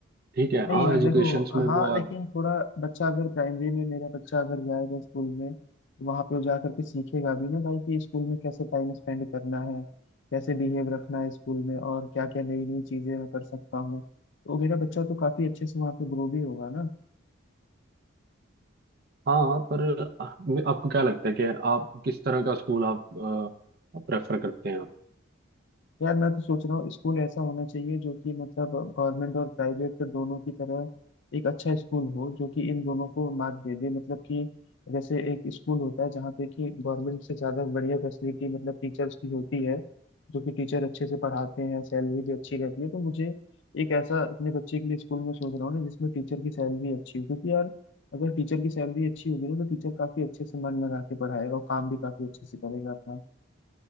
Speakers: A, on the right (about 50°); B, on the left (about 65°).
A: ठीक है
B: नहीं
A: हाँ
B: यार
A: एजुकेशन
B: देखो
A: में वो
B: हाँ लेकिन थोड़ा बच्चा अगर प्राइमरी में मेरा बच्चा अगर जाएगा स्कूल में तो वहां पे वो जा करके सीखेगा भी ना भाई कि स्कूल में कैसे टाइम स्पेंड करना है कैसे बिहेव रखना है स्कूल में और क्या क्या नई नई चीजें मैं कर सकता हूँ तो मेरा बच्चा तो काफी अच्छे से वहां पे ग्रो भी होगा ना
A: हाँ पर आपको क्या लगता है कि आप किस तरह का स्कूल आप प्रेफर करते हैं
B: यार मैं तो सोच रहा हूँ स्कूल ऐसा होना चाहिए जो कि मतलब गवर्नमेंट और प्राइवेट दोनों की तरह एक अच्छा स्कूल हो जो कि इन दोनों को मात दे दे मतलब कि जैसे एक स्कूल होता है जहाँ पे कि गवर्नमेंट से ज़्यादा बढ़िया फैसिलिटी मतलब टीचर्स की होती है जो कि टीचर अच्छे से पढ़ाते हैं सैलरी भी अच्छी रहती है तो मुझे एक ऐसा अपने बच्चे के लिए स्कूल में सोच रहा हूँ ना जिसमें टीचर की सैलरी अच्छी हो क्योंकि यार अगर टीचर की सैलरी अच्छी होगी ना तो टीचर काफ़ी अच्छे से मन लगा के पढ़ाएगा और काम भी काफ़ी अच्छे से करेगा अपना